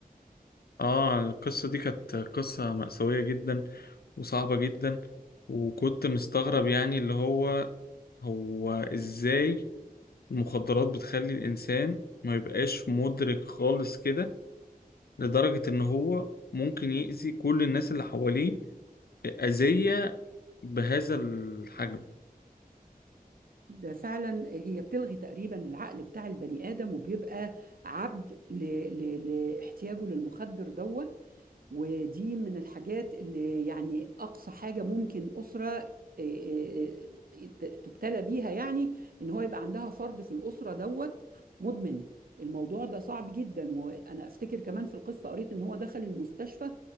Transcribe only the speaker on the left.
اه القصة دي كانت قصة مأساوية جدا وصعبة جدا وكنت مستغرب يعني اللي هو هو ازاي المخدرات بتخلي الإنسان ما يبقاش مدرك خالص كده لدرجة إن هو ممكن يأذي كل الناس اللي حواليه أذية بهذا الحجم